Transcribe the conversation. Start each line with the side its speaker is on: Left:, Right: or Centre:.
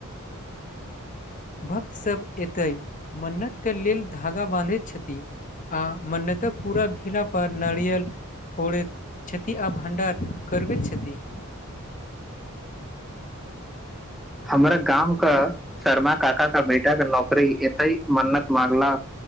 Left: भक्तसभ एतै मन्नतके लेल धागा बाँधैत छथिन! आ मान्यत पूरा भेला पर नारियल, फोड़ैत छथि आ भण्डार करबैत छथि!
Centre: हमरा गाँव क, शर्मा काका का बेटा क नौकरी एत ह मन्नत मंगला!